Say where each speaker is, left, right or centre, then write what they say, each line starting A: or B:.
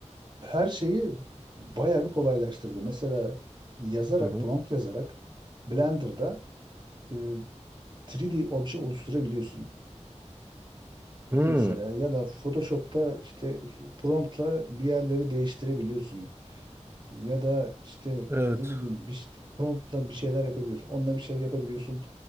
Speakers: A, on the right; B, on the right.
A: her şeyi bayağı bir kolaylaştırdı. Mesela yazarak,
B: Hı hı.
A: prompt yazarak Blender'da e, 3D obje oluşturabiliyorsun.
B: Hmm.
A: Mesela ya da Photoshop'ta işte promptla bir yerleri değiştirebiliyorsun. Ya da işte
B: Evet.
A: ne bileyim bir ş- promptla bir şeyler yapabiliyorsun. Onunla bir şey yapabiliyorsun.